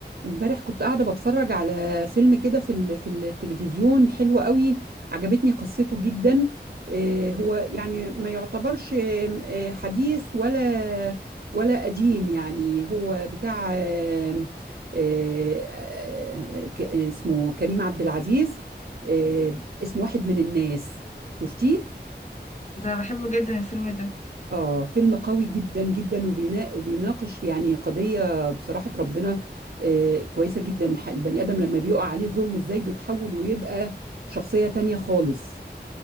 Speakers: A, on the right; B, on the left.
A: امبارح كنت قاعدة بتفرج على فيلم كده في ال- في التلفزيون حلو قوي عجبتني قصته جدا آه، هو يعني ما يعتبرش آم، آه، حديث ولا ولا قديم يعني هو بتاع آم، آه، آه، ك- اسمه كريم عبد العزيز آه، اسمه واحد من الناس شفتيه؟
B: ده بحبه جدا الفيلم ده
A: آه فيلم قوي جدا جدا وبينا- وبيناقش يعني قضية بصراحة ربنا آه كويسة جدا ح- البني آدم لما بيقع عليه ظلم إزاي بيتحول ويبقى شخصية تانية خالص